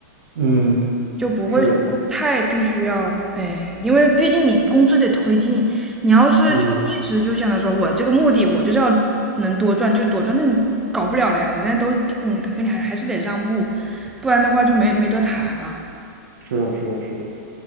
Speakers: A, on the right; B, in the centre.
A: 嗯，
B: 就不会说太必须要，
A: 是的，
B: 哎，因为毕竟你工作得推进，你要是就一直就想着说我这个目的我就是要能多赚就多赚，
A: 嗯，
B: 那你搞不了了呀，人家都你跟你还还是得让步，不然的话就没没得谈了。
A: 是的，是的，是的，